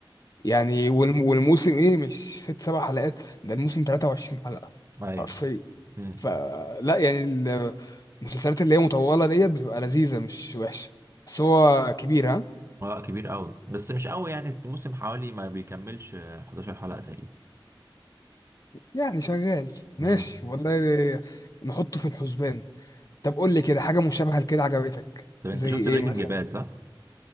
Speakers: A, on the left; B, on the right.
A: يعني والم- والموسم ايه مش ست سبع حلقات ده الموسم 23 حلقة
B: ايوه
A: حرفيا
B: امم
A: فلا يعني ال- المسلسلات اللي هي مطولة ديت بتبقى لذيذة مش وحشة بس هو كبير ها
B: اه كبير قوي بس مش قوي يعني الموسم حوالي ما بيكملش آه، 11 حلقه تقريبا
A: يعني شغال ماشي
B: امم
A: والله نحطه في الحسبان طب قول لي كده حاجة مشابهة لكده عجبتك
B: طب انت
A: زي
B: شفت
A: ايه
B: بريكنج
A: مثلا
B: باد صح؟